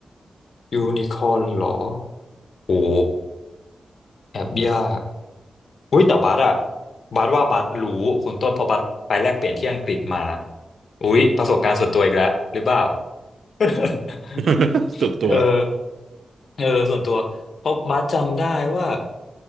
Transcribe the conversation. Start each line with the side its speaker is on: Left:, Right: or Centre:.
Left: ยูนิคอร์นเหรอ โอ้แอบยากอุ้ยแต่บัสอะบัสว่าบัสรู้คุณต้นเพอบัสไปแลกเปลี่ยนที่อังกฤษมาอุ้ยประสบการณ์ส่วนตัวอีกแล้วหรือเปล่า <laughs>
Right: <laughs> สุดตัว
Left: เออเออส่วนตัวเพราะบัสจำได้ว่า